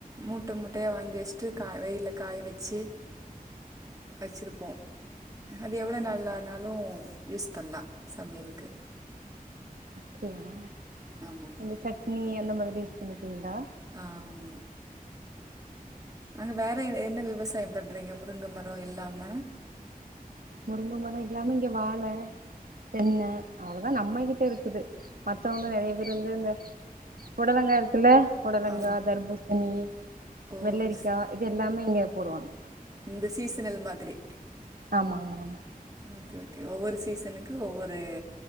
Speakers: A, on the right; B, on the right.
A: மூட்ட மூட்டயா வாங்கி வச்சுட்டு கா வெயில்ல காய வெ ச்சே வச்சிருப்போம் அது எவ்ளோ நாலானாலும் யூஸ் பண்லாம் சமையலுக்கு
B: செரிங்க
A: ஆமாமா
B: அந்த சட்னி அந்த மாரி யூஸ் பண்ணிகீவிங்களா
A: ஆஹ் ஆமா அங்க வேற எ என்ன விவசாயம் பண்றீங்க முருங்க மரம் இல்லாம
B: முருங்க மரம் இல்லாம இங்க வாழ தென்ன அவ்வளோதான் நம்ம கிட்ட இருக்குது மத்தவங்கங்க நெறைய பேர் வந்து இந்த புடலங்காய் இருக்குல்ல பொடலங்கா
A: ஆமா
B: தர்பூசணி
A: ஓ
B: வெள்ளரிக்கா
A: ஸ்-
B: இது எல்லாமே இங்க போடுவாங்க
A: இந்த சீசனல் மாதிரி
B: ஆமா மா மா
A: ஓகே ஓகே ஒவ்வொரு சீசனுக்கு ஒவ்வொரு